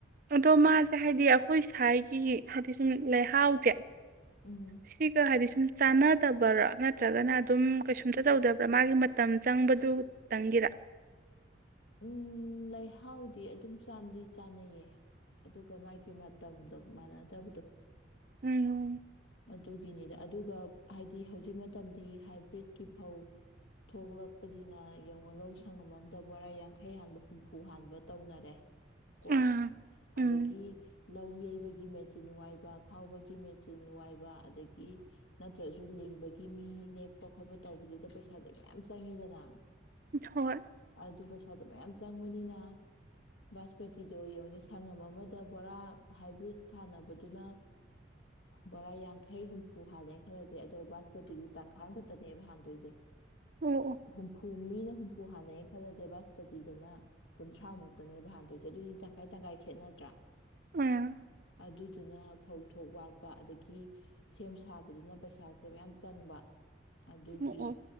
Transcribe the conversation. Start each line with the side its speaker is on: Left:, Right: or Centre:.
Right: ꯑꯗꯣ ꯃꯥꯁꯦ ꯍꯥꯏꯗꯤ ꯑꯩꯈꯣꯏ ꯁ꯭ꯋꯥꯒꯤ ꯍꯥꯏꯗꯤ ꯁꯨꯝ ꯂꯩꯍꯥꯎꯁꯦ
Left: ꯎꯝ
Right: ꯁꯤ꯭ꯔꯤ ꯀꯥ ꯍꯔꯤꯁꯤꯡꯟ ꯆꯥꯟꯅꯗꯕꯔꯥ ꯅꯠꯇ꯭ꯔꯒꯅ ꯑꯗꯨꯝ ꯀꯩꯁꯨꯝꯇ ꯇꯧꯗꯕ꯭ꯔꯥ ꯃꯥꯒꯤ ꯃꯇꯝ ꯆꯪꯕꯗꯨꯇꯪꯒꯤꯔꯥ
Left: ꯎꯝ ꯂꯩꯍꯥꯎꯗꯤ ꯑꯗꯨꯝꯗꯤ ꯆꯥꯟꯅꯩꯌꯦ ꯑꯗꯨꯒ ꯃꯥꯒꯤ ꯃꯇꯝꯗꯣ ꯃꯥꯟꯅꯗꯕꯗꯣ
Right: ꯎꯝ
Left: ꯑꯗꯨꯗꯒꯤꯅꯤꯗ ꯑꯗꯨꯒ ꯍꯥꯏꯗꯤ ꯍꯧꯖꯤꯛ ꯃꯇꯝꯗꯤ ꯍꯥꯏꯕ꯭ꯔꯤꯠꯀꯤ ꯐꯧ ꯊꯣꯛꯂꯛꯄꯁꯤꯅ ꯌꯦꯡꯉꯨ ꯂꯧ ꯁꯪꯉꯝ ꯑꯝꯗ ꯕꯣꯔꯥ ꯌꯥꯡ ꯌꯥꯡꯈꯩ ꯍꯥꯟꯕ ꯍꯨꯝꯐꯨ ꯍꯥꯟꯕ ꯇꯧꯅꯔꯦ ꯀꯣ
Right: ꯑꯥ ꯎꯝ
Left: ꯑꯗꯒꯤ ꯂꯧ ꯌꯩꯕꯒꯤ ꯃꯦꯆꯤꯟ ꯋꯥꯏꯕ ꯈꯥꯎꯕꯒꯤ ꯃꯦꯆꯤꯟ ꯋꯥꯏꯕ ꯑꯗꯒꯤ ꯅꯠꯇ꯭ꯔꯁꯨ ꯂꯤꯡꯕꯒꯤ ꯃꯤ ꯅꯦꯛꯄ ꯈꯣꯠꯄ ꯇꯧꯕꯗꯨꯗ ꯄꯩꯁꯥꯁꯦ ꯃꯌꯥꯝ ꯆꯪꯉꯤꯗꯅ
Right: ꯍꯣꯏ
Left: ꯑꯗꯨ ꯄꯁ ꯄꯩꯁꯥꯗꯣ ꯃꯌꯥꯝ ꯆꯪꯕꯅꯤꯅ ꯕꯥꯁꯄꯇꯤꯗꯣ ꯌꯡꯅꯤ ꯁꯪꯉꯝ ꯑꯃꯗ ꯕꯣꯔꯥ ꯍꯥꯏꯕ꯭ꯔꯤꯠ ꯊꯥꯅꯕꯗꯨꯅ ꯕꯣꯔꯥ ꯌꯥꯡꯈꯩ ꯍꯨꯝꯐꯨ ꯍꯥꯜꯂꯦꯅ ꯈꯜꯂꯁꯦ ꯑꯗꯣ ꯕꯥꯁꯄꯇꯤꯗꯤ ꯇꯥꯡꯈꯥꯏ ꯑꯃꯈꯛꯇꯅꯦꯕ ꯍꯥꯟꯗꯣꯏꯁꯦ
Right: ꯑꯣ ꯑꯣ
Left: ꯚꯨꯃꯤꯗ ꯍ ꯈꯨ ꯍꯥꯟꯅꯩꯩꯅ ꯈꯜꯂꯁꯦꯕꯁ ꯄꯗꯤꯗꯅ ꯀꯨꯟꯊ꯭ꯔꯥꯃꯨꯛꯇꯅꯦꯕ ꯍꯥꯟꯗꯣꯏꯁꯦ ꯑꯗꯨꯑꯣꯏꯗꯤ ꯇꯪꯈꯥꯏ ꯇꯪꯈꯥꯏ ꯈꯦꯠꯅꯗ꯭ꯔꯥ
Right: ꯑꯥ
Left: ꯑꯗꯨꯗꯨꯅ ꯐꯧ ꯊꯣꯛ ꯋꯥꯠꯄ ꯑꯗꯒꯤ ꯁꯦꯝ ꯁꯥꯕꯗꯨꯅ ꯄꯩꯁꯥꯁꯦ ꯃꯌꯥꯝ ꯆꯪꯕ ꯑꯗꯨꯒꯤ
Right: ꯑꯣ ꯑꯣ